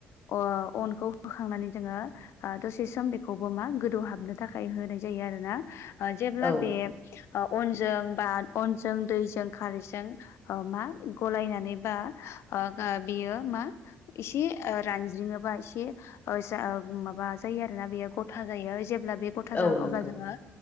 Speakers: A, on the left (about 50°); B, on the left (about 25°).
A: अ अनखौ होखांनानै जोङो ओ दसे सम बेखौबो मा गोदौहाबनो थाखाय होनाय जायो आरो ना ओ जेब्ला
B: औ
A: बे अ अनजों बा अनजों दैजों खारैजों अ मा गलायनानै बा ओ गा बेयो मा एसे ओ रानज्रिङोबा एसे ओ इसा ओब माबा जायो आरो ना बेयो ग'था जायो जेब्ला बे ग'थ था
B: औ
A: जागोन
B: नंगौ
A: अब्ला जोङो